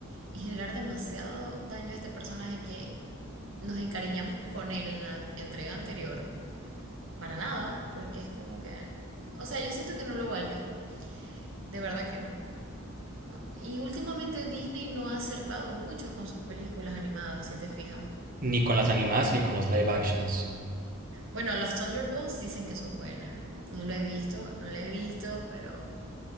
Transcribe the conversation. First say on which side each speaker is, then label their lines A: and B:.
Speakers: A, on the right; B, on the right.
A: y generar demasiado daño a este personaje que nos encariñamos con él en la entrega anterior. Para nada, porque es como que... O sea, yo siento que no lo valió. De verdad que no. no. Y últimamente Disney no ha acertado mucho con sus películas animadas, si te fijas.
B: Ni con las animadas ni con los live actions.
A: Bueno, los Thunderbolts dicen que son buenas. No lo he visto, no la he visto, pero,